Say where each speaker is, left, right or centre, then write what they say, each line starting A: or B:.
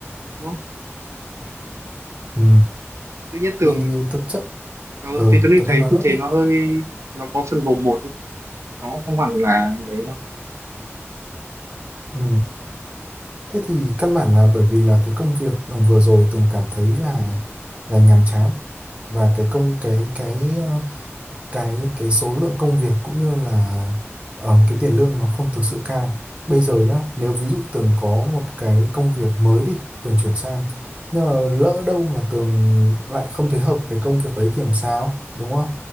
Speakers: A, on the right; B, on the right.
A: đúng không?
B: ừ.
A: Tự nhiên tưởng
B: Thì thực chất
A: tớ,
B: ừ,
A: thì tôi nên
B: Tuấn
A: thấy
B: Huy nói nốt
A: như thế
B: đi.
A: nó hơi nó có phần bồng bột ấy. Nó không hẳn là đấy đâu.
B: Ừ. Thế thì căn bản là bởi vì là cái công việc ờ, vừa rồi từng cảm thấy là là nhàm chán và cái công cái cái ờ, cái cái số lượng công việc cũng như là ờm, cái tiền lương nó không thực sự cao. Bây giờ nhá, nếu ví dụ Tường có một cái công việc mới đi, Tường chuyển sang nhưng mà lỡ đâu mà Tường lại không thấy hợp cái công việc đấy thì làm sao, đúng không?